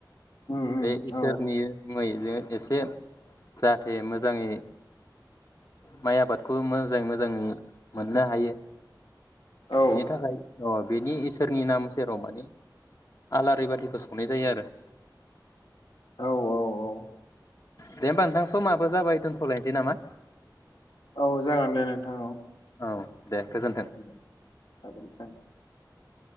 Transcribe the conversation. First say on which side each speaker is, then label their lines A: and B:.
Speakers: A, on the left; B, on the left.
A: उम उम
B: बे इसोरनि
A: औ
B: <unintelligible> एसे जाहाथे मोजाङै माइ आबादखौ मोजाङै मोजाङै मोननो हायो
A: औ
B: बिनि थाखाय अ बेनि इसोरनि नाम सेराव माने आलारि बाथिखौ सावनाय जायो आरो।
A: औ औ औ
B: दे होमबा नोंथां समाबो जाबाय दोनथ'लायसै नामा?
A: औ जागोन दे नोंथां औ।
B: औ
A: <unintelligible>
B: दे गोजोन्थों